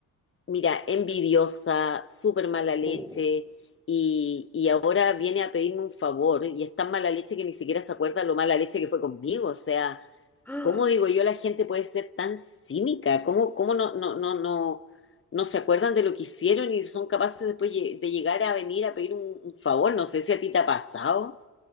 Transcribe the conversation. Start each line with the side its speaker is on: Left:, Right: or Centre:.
Left: mira, envidiosa, súper mala leche
Centre: oh.
Left: y, y ahora viene a pedirme un favor y es tan mala leche que ni siquiera se acuerda lo mala leche que fue conmigo. O sea,
Centre: <gasps> ¡Ah!
Left: ¿cómo digo yo la gente puede ser tan cínica? ¿Cómo, cómo no, no, no, no, no se acuerdan de lo que hicieron y son capaces después lle- de llegar a venir a pedir un, un favor? No sé si a ti te ha pasado.